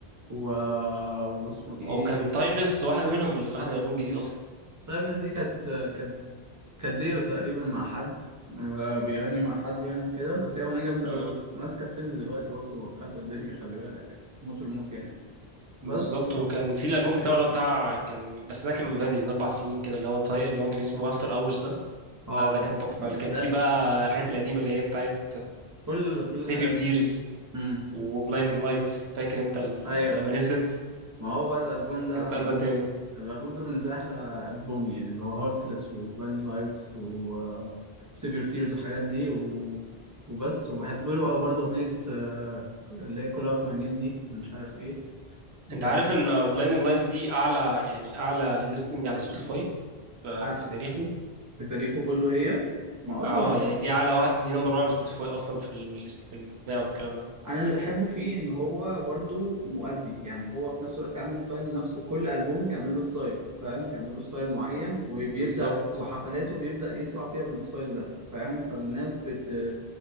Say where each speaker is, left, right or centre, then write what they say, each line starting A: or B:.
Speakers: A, on the right; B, on the right.
A: و... واسمه ايه
B: او كان تايمليس واحده منهم من واحده من الألبوم الجديد اصلا
A: طيب الناس دي كانت كانت كانت ديو تقريبا مع حد آه، بيغني مع حد يعني وكده بس هي اغنيه جامده
B: مم.
A: قوي برضه ماسكه ترند دلوقتي برضه خربت الدنيا خلي بالك موت الموت يعني بس
B: بالظبط وكان في الألبوم بتاعه اللي هو بتاع كان بس ده كان من بدري من أربع سنين كده اللي هو طاي... اللي هو كان اسمه افتر اورز ده
A: اه
B: ده ده كان تحفه
A: لا
B: اللي كان فيه بقى الحاجات القديمه اللي هي بتاعت
A: كل كل
B: سيف
A: الحاجات
B: يور
A: دي
B: تيرز
A: امم
B: وبلايندنج لايتس فاكر انت ال-
A: ايوه
B: لما نزلت
A: ما هو بقى الالبوم ده
B: كانت قلبة الدنيا
A: الالبوم ده بالنسبه لي احلى البوم يعني اللي هو هارتلess وبلايند لايتس و سيفير تيرز والحاجات دي و... وبس وبحب له أوي برضه اغنيه آه، اللي هي كول اوت ماي نيم دي مش عارف ايه دي
B: انت عارف ان بلايندنج لايتس دي اعلى يعني اعلى ليستنج على سبوتيفاي
A: <clears throat>
B: ف-
A: عن-
B: في تاريخه
A: في تاريخه كله هي ما اه
B: اه
A: طبعا
B: يعني دي اعلى واحد دي نمبر 1 على سبوتيفاي اصلا في الليست في الاستماع والكلام ده
A: انا اللي بحبه فيه ان هو برضه مؤدي يعني هو في نفس الوقت عامل ستايل لنفسه كل البوم بيعمل له ستايل فاهم بيعمل له ستايل معين وبيبدا
B: بالظبط
A: وحفلاته بيبدا يطلع فيها بالستايل ده فاهم فالناس بت